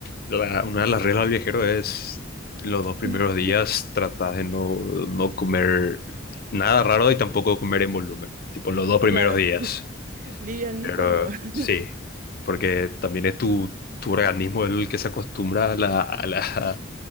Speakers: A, on the left; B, on the right.
A: la- una de las reglas del viajero es los dos primeros
B: <laughs>
A: días tratar de no, no comer nada raro y tampoco comer en volumen, tipo los dos primeros
B: Claro,
A: días.
B: <laughs> livianito
A: Pero
B: nomás. <laughs>
A: sí, porque también es tu, tu organismo el que se acostumbra a la, a la,